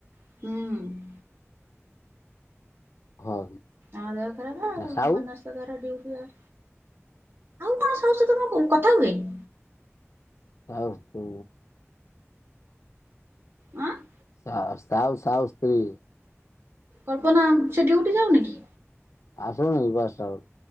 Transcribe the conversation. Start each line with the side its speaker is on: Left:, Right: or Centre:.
Right: ହଁ
Left: ହଁ
Right: ଆମ ଦେହ ଖରାପ ଆଉ
Left: ସାହୁ
Right: ମନ- <unintelligible> ସାହୁ କଣ ସାହୁଛି ତମ କ କଥା ହୁଏନି
Left: ତାଉକୁ
Right: ହଁ <unintelligible>
Left: ସା ସାହୁ ସାହୁ ସ୍ତ୍ରୀ
Right: କଳ୍ପନା ସେ ଡିଉଟି ଯାଉନି କି?
Left: ଆସନିବାସ ଟା